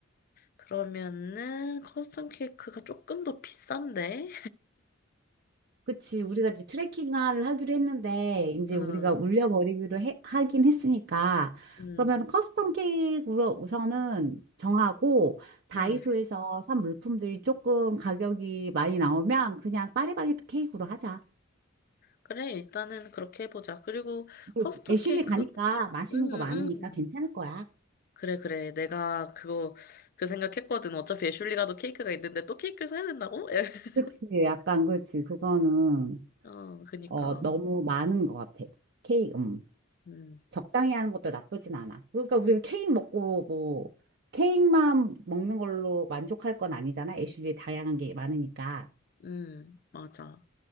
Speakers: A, on the left; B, on the right.
A: 그러면은, 커스텀 케이크가 조금 더 비싼데?
B: 그치. 우리가 이제 트레킹을 하기로 했는데, 이제
A: 응,
B: 우리가 울려버리기로 해- 하긴 했으니까,
A: 응,
B: 그러면 커스텀 케이크로 우선은 정하고, 다이소에서
A: 응.
B: 산 물품들이 조금 가격이 많이 나오면, 그냥 파리바게트 케이크로 하자.
A: 그래, 일단은 그렇게 해보자. 그리고
B: 그리고
A: 커스텀
B: 애슐리
A: 케이크,
B: 가니까 맛있는
A: 응, 응.
B: 거 많으니까
A: 응.
B: 괜찮을 거야.
A: 그래, 그래. 내가 그거, 그 생각했거든. 어차피 애슐리가도 케이크가 있는데 또 케이크를 사야 된다고? <laughs>
B: 그치. 약간, 그치. 그거는,
A: 어, 그니까.
B: 어, 너무 많은 것 같아. 케이크, 음.
A: 응,
B: 적당히 하는 것도 나쁘진 않아. 그러니까 우리가 케이크 먹고 뭐 케이크만 먹는 걸로 만족할 건 아니잖아. 애슐리 다양한 게 많으니까.
A: 응, 맞아.